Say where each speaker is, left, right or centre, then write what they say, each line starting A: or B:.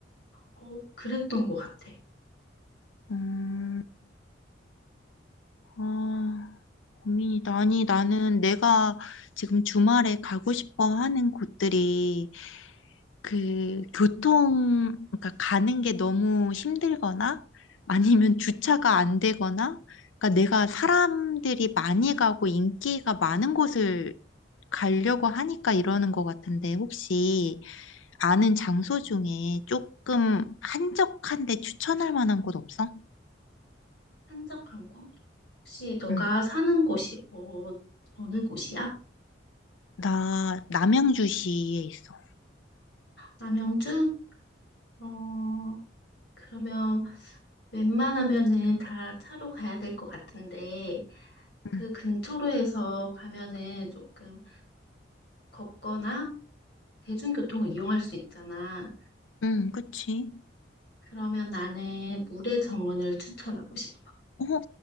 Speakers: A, on the left; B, on the left.
A: 어, 그랬던 것 같아.
B: 음, 아, 고민이다. 아니, 나는 내가 지금 주말에 가고 싶어 하는 곳들이 그 교통, 그러니까 가는 게 너무 힘들거나 아니면 주차가 안 되거나 그러니까 내가 사람들이 많이 가고 인기가 많은 곳을 가려고 하니까 이러는 것 같은데 혹시 아는 장소 중에 조금 한적한데 추천할 만한 곳 없어?
A: 한적한 곳? 혹시 너가
B: 응.
A: 사는 곳이 어, 어느 곳이야?
B: 나 남양주시에 있어.
A: 남양주? 어, 그러면 웬만하면은 다 차로 가야 될 것 같은데 그
B: 응.
A: 근처로 해서 가면은 조금 걷거나 대중교통을 이용할 수 있잖아.
B: 응, 그치.
A: 그러면 나는 물의 정원을 추천하고 싶어.
B: 어,